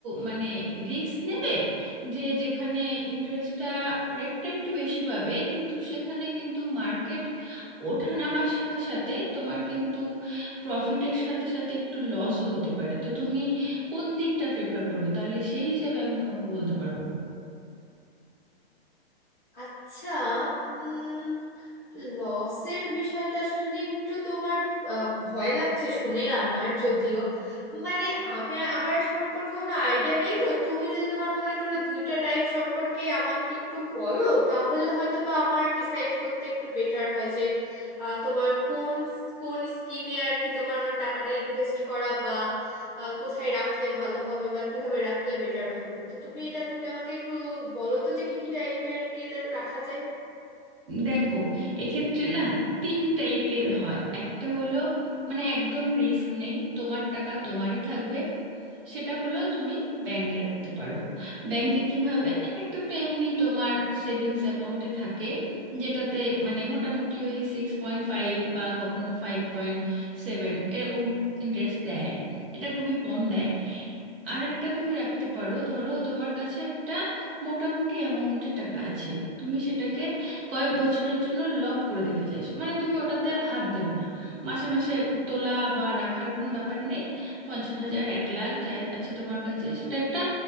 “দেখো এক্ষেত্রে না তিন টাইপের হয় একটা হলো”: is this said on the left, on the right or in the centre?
Right